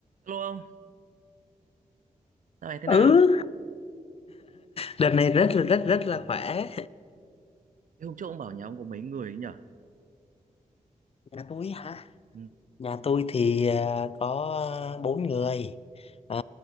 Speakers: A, on the right; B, on the left.
A: Hello ông, dạo này thế nào?
B: ừ đợt này rất là rất rất là khỏe
A: Thế hôm trước ông bảo nhà ông có mấy người ấy nhở?
B: nhà tôi hả
A: Ừ,
B: nhà tôi thì à, có à, bốn người à,